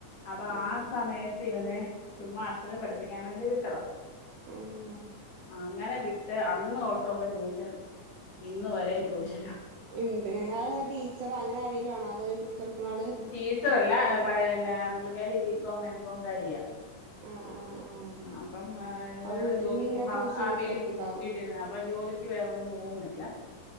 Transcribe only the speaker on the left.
അപ്പ
ആ സമയത്ത് ഇവനെ ചുമ്മാ അക്ഷരം പഠിപ്പിക്കാം വേണ്ടി വിട്ടതാ
ആഹ് അങ്ങനെ വിട്ട് അന്ന് തൊട്ടുള്ള ട്യൂഷൻ, ഇന്ന് വരേം ട്യൂഷനാ
ടീച്ചറല്ല. പഴ ന്നെ പുള്ളികാരി ബികോം എംകോം കാരിയ
ഉം അപ്പം വേറെ
ജോലിക്ക്
ഹ
അ
വീട്ടി വീട്ടിന്ന് അപ്പം ജോലി ക്ക് വേറൊന്നും പോവുന്നില്ല